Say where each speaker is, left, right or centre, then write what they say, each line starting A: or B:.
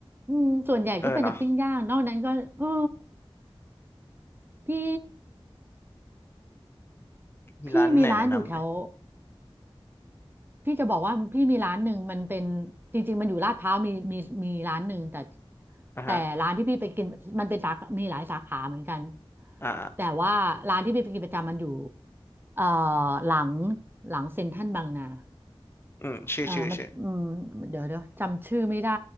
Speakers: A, on the right (about 20°); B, on the left (about 25°).
A: อืมส่วนใหญ่ก็เป็นแต่ปิ้งย่างนอกนั้นก็เออ
B: เออเนาะ
A: พี่
B: มีร้านไหนแนะนำไหม
A: พี่มีร้านอยู่แถวพี่จะบอกว่าพี่มีร้านหนึ่งมันเป็นจริงๆมันอยู่ลาดพร้าวมีมีมีร้านหนึ่งแต่
B: อ่ะฮะ
A: แต่ร้านที่พี่ไปกินมันเป็นสาขามีหลายสาขาเหมือนกัน
B: อ่า
A: แต่ว่าร้านที่พี่ไปกินประจำมันอยู่เอ่อหลังหลังเซ็นทรัลบางนา
B: อืมชื่อชื่อชื่อ
A: เอ่อมันอืมเดี๋ยวเดี๋ยวจำชื่อไม่ได้